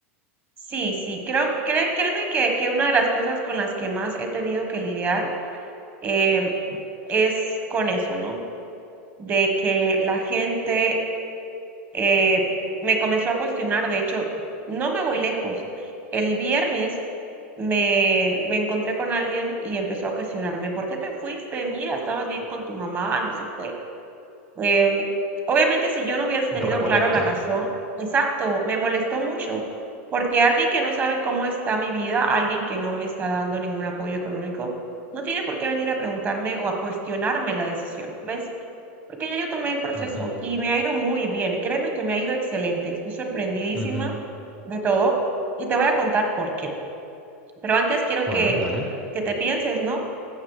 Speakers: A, on the right; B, in the centre.
A: Sí, sí, creo, cre- créeme que, que una de las cosas con las que más he tenido que lidiar em, es con eso, ¿no? De que la gente eh, me comenzó a cuestionar, de hecho, no me voy lejos. El viernes me, me encontré con alguien y empezó a cuestionarme, ¿por qué te fuiste? Mira, estabas bien con tu mamá, no sé qué. Em, obviamente, si yo no hubiese tenido
B: Re molesto.
A: claro la razón, exacto, me molestó mucho, porque alguien que no sabe cómo está mi vida, alguien que no me está dando ningún apoyo económico, no tiene por qué venir a preguntarme o a cuestionarme la decisión, ¿ves? Porque ya yo tomé el proceso
B: Ujú,
A: y me ha ido muy bien, créeme que me ha ido excelente, estoy sorprendidísima
B: ujú.
A: de todo y te voy a contar por qué. Pero antes quiero
B: Bueno,
A: que,
B: dale.
A: que te pienses, ¿no?